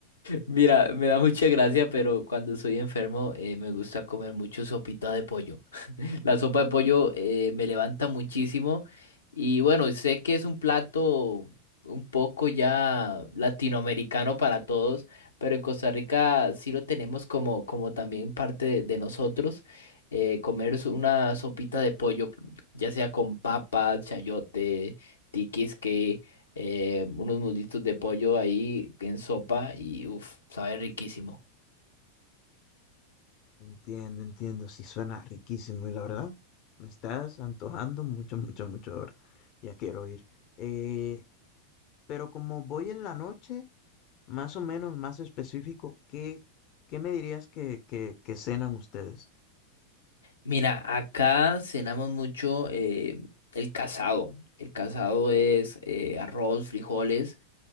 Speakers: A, on the left (about 70°); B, on the left (about 40°).
A: Mira, me da mucha gracia, pero cuando soy enfermo eh, me gusta comer mucho sopita de pollo. <laughs> La sopa de pollo eh, me levanta muchísimo y bueno, sé que es un plato un poco ya latinoamericano para todos, pero en Costa Rica sí lo tenemos como, como también parte de, de nosotros. eh, comer es una sopita de pollo, ya sea con papa, chayote, tiquisque eh, unos muslitos de pollo ahí en sopa y uff, sabe riquísimo.
B: Entiendo, entiendo, sí suena riquísimo y la verdad, me estás antojando mucho, mucho, mucho ahora. Ya quiero ir. Eh, pero como voy en la noche, más o menos, más específico, ¿qué, qué me dirías que, que, que cenan ustedes?
A: Mira, acá cenamos mucho eh, el casado. El casado es eh, arroz, frijoles,